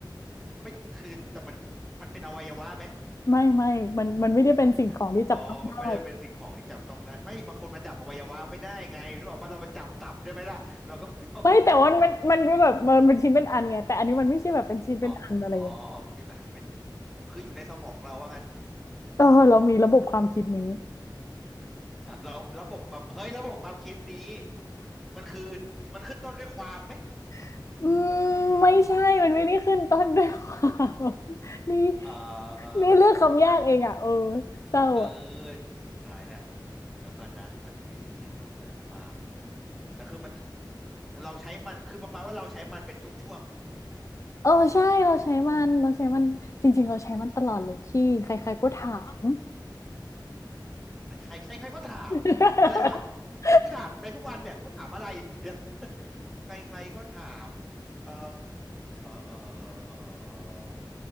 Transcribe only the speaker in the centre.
ไม่คือแต่มันมันเป็นอวัยวะไหม
อ๋อมันไม่ได้เป็นสิ่งของที่จับต้องได้ไม่บางคนมาจับอวัยวะไม่ได้ไงนึกออกว่าเรามาจับตับได้ไหมล่ะเราก็ไม่เอา
อ๋ออ๋ออ๋อมันเป็นมันเป็นคืออยู่ในสมองเราว่างั้น
อ่ะเราระบบความเฮ้ยระบบความคิดนี้มันคือมันขึ้นต้นด้วยความไหม
เออ
เออตายแล้วเดี๋ยวก่อนนะมันไม่ใช่ขึ้นต้นด้วยความมันแต่คือมันเราใช้มันคือประมาณว่าเราใช้มันเป็นช่วง
ๆใครใครใครใครก็ถามอะไรวะ
กูถามในทุกวันเนี่ยกูถามอะไรเดี๋ยว <laughs> ใครใครก็ถามเออเออเออเออ